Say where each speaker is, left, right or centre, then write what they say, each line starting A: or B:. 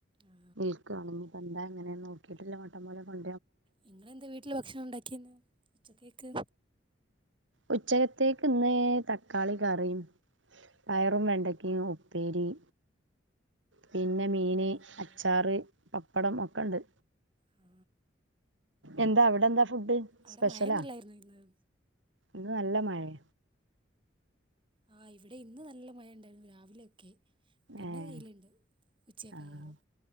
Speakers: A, on the right; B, on the right.
A: ആ,
B: വെയ്ക്കാണെങ്കി കൊണ്ട ങ്ങനെ നോക്കിട്ടല്ല മട്ടം പോലെ കൊൺ
A: നിങ്ങളെന്താ വീട്ടില് ഭക്ഷണം ഉണ്ടാക്കിന്ന് ഉച്ചത്തേക്ക്
B: ഉച്ചകത്തേക്കിന്ന് തക്കാളി കറിയും പയറും വെണ്ടക്കയും ഉപ്പേരിം പിന്നെ മീന്
A: ഓ
B: അച്ചാറ് പപ്പടം ഒക്കെണ്ട്
A: ആ,
B: എന്താ അവിടെന്താ ഫുഡ്
A: അവിടെ
B: സ്പെഷ്യലാ
A: മഴയൊന്നുമില്ലായിരുന്നു ഇന്ന്
B: ഇന്ന് നല്ല മഴയ
A: ആ ഇവിടെ ഇന്ന് നല്ല മഴണ്ടായ്ന്ന് രാവിലെയൊക്കെ പിന്നെ
B: ഏഹ്
A: വെയിലുണ്ട് ഉച്ചയൊക്കെയായേരം
B: ആഹ്